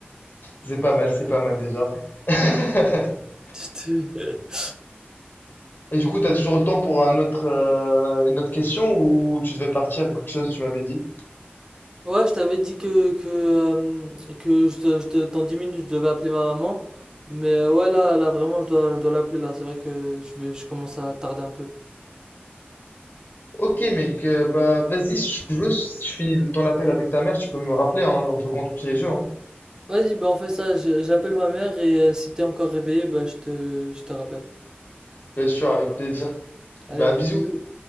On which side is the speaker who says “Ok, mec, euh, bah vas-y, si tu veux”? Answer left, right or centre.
Left